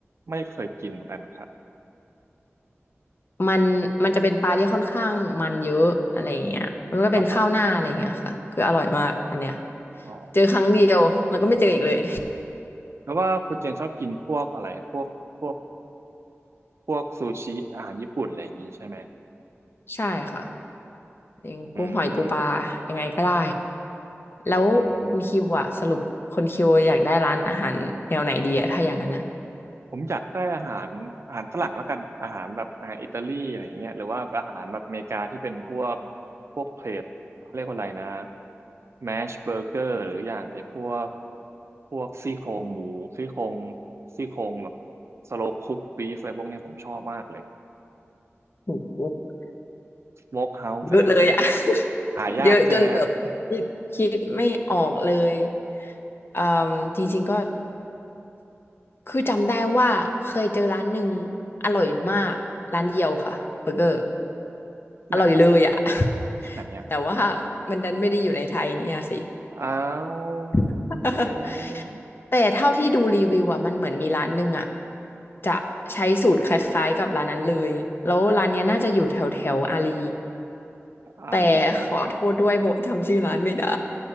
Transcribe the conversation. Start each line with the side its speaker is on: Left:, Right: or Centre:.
Right: ไม่เคยกินเหมือนกันครับ
Left: มันมันจะเป็นปลาที่ค่อนข้างมันเยอะอะไรอย่างเงี้ยมันก็เป็นข้าวหน้าอะไรอย่างเงี้ยค่ะคืออร่อยมากอันเนี้ย
Right: ครับผมอ๋อ
Left: เจอครั้งเดียวแล้วก็ไม่เจออีกเลย
Right: แล้วว่าคุณเจนชอบกินพวกอะไรพวกพวกพวกซูชิอาหารญี่ปุ่นอะไรอย่างนี้ใช่ไหม
Left: <laughs> ใช่ค่ะอย่างกุ้งหอยปูปลายังไงก็ได้
Right: อืม
Left: แล้วคุณคิวอะสรุปคนคิวอยากได้ร้านอาหารแนวไหนดีอะถ้าอย่างนั้นอะ
Right: อืม ผมอยากได้อาหารอาหารฝรั่งแล้วกันอาหารแบบอาหารอิตาลีอะไรอย่างเงี้ยหรือว่าอาหารแบบอเมริกาที่เป็นพวกพวกเพลทเขาเรียกว่าอะไรนะแมชเบอร์เกอร์หรืออย่างไอ้พวกพวกซี่โครงหมูซี่โครงซี่โครงแบบสโลคุกบีฟอะไรพวกเนี้ยผมชอบมากเลย
Left: โอ้โห
Right: สโมกเฮาส์อย่างนั้นสโมก
Left: เยอะเลยอะ <laughs>
Right: หายากใช่ไหม
Left: เยอะจนแบบคิดคิดไม่ออกเลยอืมจริงๆก็ คือจำได้ว่าเคยเจอร้านหนึ่งอร่อยมากร้านเดียวค่ะเบอร์เกอร์
Right: ที่ไหนครับผม
Left: อร่อยเลยอ่ะ <laughs>
Right: ที่ไหนอ่ะ
Left: แต่ว่ามันดันไม่ได้อยู่ในไทยเนี่ยสิ
Right: อ้าว
Left: <laughs>
Right: คุณเจน
Left: แต่เท่าที่ดูรีวิวอ่ะมันเหมือนมีร้านหนึ่งอ่ะจะใช้สูตรคล้ายๆกับร้านนั้นเลยแล้วร้านเนี้ยน่าจะอยู่แถวแถวอารี
Right: อารีใช่ไหมครับ
Left: แต่ขอโทษด้วยเพราะจำชื่อร้านไม่ได้